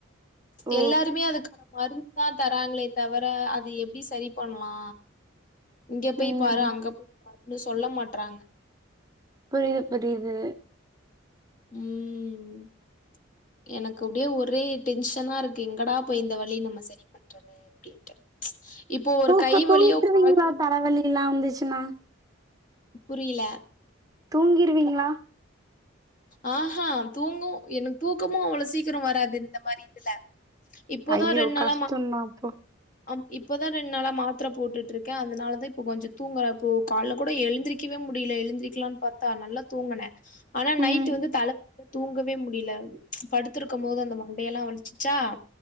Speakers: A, on the right (about 20°); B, on the left (about 40°).
A: ஓ
B: எல்லாருமே அதுக்கான மருந்து துதா தராங்களே தவுர அது எப்டி சரி பண்ணலா இங்க போய்
A: ம்
B: பாரு அங்க போய் பாருன்னு சொல்ல மாட்றாங்க
A: புரியுது புரியுது
B: ம் ம் எனக்கு அப்டியே ஒரே டென்ஷனாருக்கு எங்கடா போய் இந்த வலி நம்ம சரி பண்றது அப்டின்ட்டு இப்போ ஒரு
A: தூக்கு
B: கை
A: தூங்கிட்டுருவீங்களா
B: வலியோ கால்
A: தலைவலில்லா வந்துச்சுன்னா
B: புரியல
A: தூங்கிருவீங்களா
B: ஆ ஹா தூங்கவு எனக்கு தூக்கமு அவ்ளோ சீக்கிரோ வராது இந்த மாரி இதுல இப்போதா
A: ஐயோ
B: ரெண்டு நாளா
A: கஷ்டந்தா
B: மா
A: அப்போ
B: ஆம் இப்போதா ரெண்டு நாளா மாத்தர போட்டுட்டு இருக்கே அதனாலதா இப்போ கொஞ்ச தூங்குறப்போ கால்ல கூட எழுந்திரக்கவே முடியல எழுந்திரிக்கலான்னு பாத்தா நல்லா தூங்குனே ஆனா நைட்
A: ம்
B: வந்து தல தூங்கவே முடியல படுத்திருக்கும் போது அந்த மண்டையெல்லா வலிச்சிச்சா